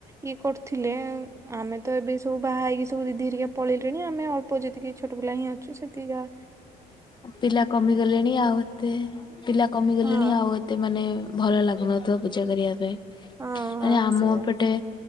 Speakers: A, on the right (about 15°); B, on the left (about 25°).
A: ଇଏ କରୁଥିଲେ ଆମେ ତ ଏବେ ସବୁ ବାହା ହେଇକି ସବୁ ଦିଦି ହେରିକା ପଳେଇଲୁ ଲେଣି ଆମେ ଅଳ୍ପ ଯେତିକି ଛୋଟ ପିଲା ହିଁ ଅଛୁ ସେତିକି ଯା
B: ପିଲା କମିଗଲେଣି ଆଉ ଏତେ ପିଲା କମିଗଲେଣି
A: ହଁ
B: ଆଉ ଏତେ ଏତେ ମାନେ ଭଲ ଲାଗୁନଥିବ ପୂଜା କରିବା ପାଇଁ।
A: ହଁ ହଁ
B: ଆରେ ଆମ
A: ସେଇଆ
B: ପଟେ